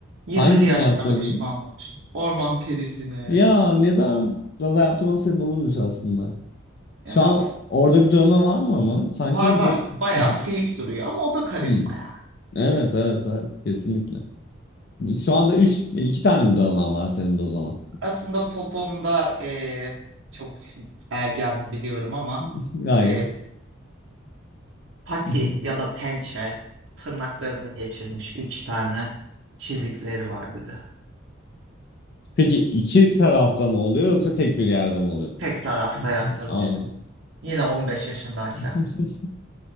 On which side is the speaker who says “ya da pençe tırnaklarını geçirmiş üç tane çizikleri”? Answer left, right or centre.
Right